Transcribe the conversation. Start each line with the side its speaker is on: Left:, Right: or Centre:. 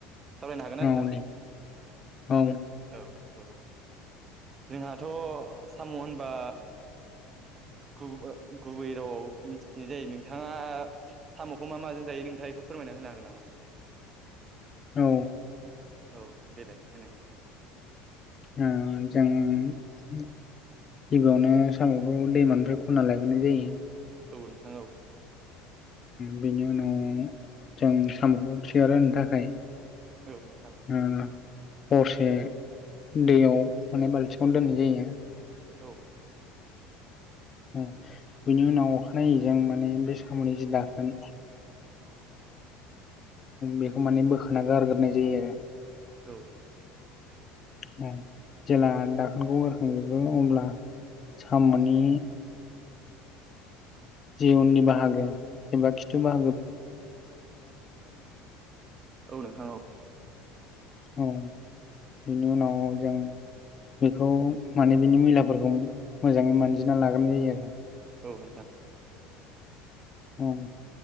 Right: सावरायनो हागोन ना
Left: औ
Right: नोंथां
Left: दे औ
Right: औ औ जोंहाथ' साम' होनबा गुब ओ गुबै रावआव मिथिनाय जायो नोंथाङा साम'खौ मा माजों जायो नोंथाङा इखौ फोरमायना होनो हागोन नामा
Left: औ
Right: औ देलाय होनाय
Left: ओ जों गिबियावनो साम'खौ दैमानिफ्राय खनना लायग्रोनाय जायो।
Right: औ नोंथां औ
Left: बेनि उनाव जों साम'खौ सेर होनो थाखाय
Right: औ नोंथां
Left: ओ हरसे दैयाव माने बाल्थिङावनो दोननाय जायो।
Right: औ
Left: औ बिनि उनाव अखानायैजों माने बे साम'नि जि दाखोन
Right: <inaudible>
Left: बेखौ माने बोखाना गारग्रोनाय जायो आरो
Right: औ
Left: उम जेब्ला दाखोनखौ बोरखांजोबो अब्ला साम'नि जि उननि बाहागो एबा खिथु बा
Right: औ नोंथां औ
Left: ओं बिनि उनाव जों बेखौ माने बिनि मैलाफोरखौ मोजाङै मानजिना लाग्रोनाय जायो आरो
Right: औ नोंथां
Left: ओं